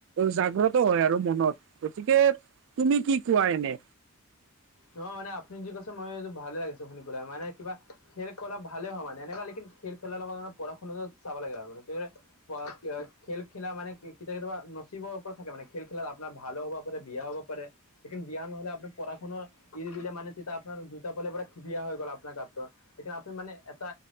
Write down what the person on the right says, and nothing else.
জাগ্ৰত হয় আৰু মনত গতিকে। তুমি কি কোৱা এনে?